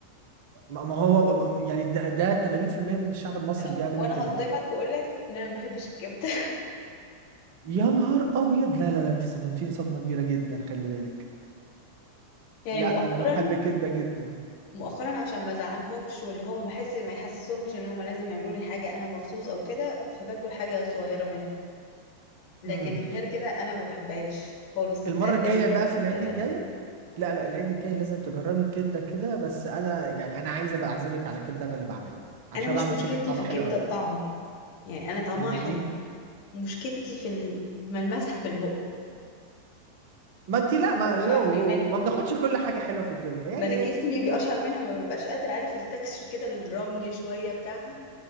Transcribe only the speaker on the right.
ما ما هو ما- يعني ده, ده 80% من الشعب المصري
بيعملوا
كده
يا نهار ابيض لا لا لا انت صدمتيني صدمه كبيره جدا خلي بالك
لا
انا بحب كده جدا
إمم.
المرة
الجاية بقى في العيد
الجاي
لا لا العيد الجاي لازم تجربي الكبدة كده بس انا يعني انا عايز ابقى اعزمك على كبدة انا اللي بعملها عشان
بعمل
كبدة طعمها
حلو قوي
امال
ايه
ما انت لا
ما يو
ما بناخدش كل حاجة حلوة في الدنيا يعني
ايه